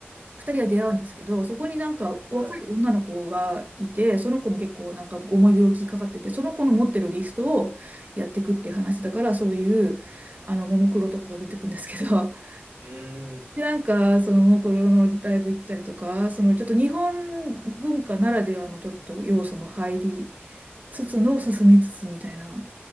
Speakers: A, on the right; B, on the right.
A: 二人は出会うんですけど、そこになんか若い女の子がいて、
B: は
A: その子も結構なんか重い病気かかってて、その子の持ってるリストをやっていくっていう話だから、そういう、あの、ももクロとかが出てくるんですけど、<laughs>
B: い。い。うーん、
A: で、なんか、その、ももクロのライブ行ったりとか、その、ちょっと日本文化ならではのちょっと要素も入り、つつの進みつつみたいな。